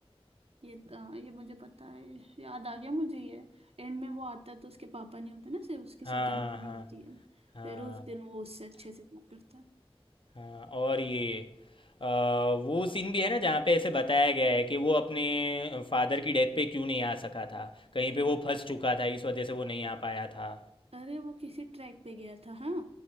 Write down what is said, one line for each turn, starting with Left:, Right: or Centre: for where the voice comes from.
Right: ये तो ये मुझे पता है याद आ गया मुझे ये एंड में वो आता है तो उसके पापा नहीं होते ना सिर्फ उसकी
Left: हाँ
Right: सौतेली भाभी
Left: हाँ
Right: होती है
Left: हाँ
Right: फिर उस दिन वो उससे अच्छे से बात करता है
Left: हाँ और ये अ, वो सीन भी है ना जहाँ पे ऐसे बताया गया है कि वो अपने फादर की डेथ पे क्यों नहीं आ सका था कहीं पे वो फंस चुका था इस वजह से वो नहीं आ पाया था
Right: अरे वो किसी ट्रैक पे गया था हाँ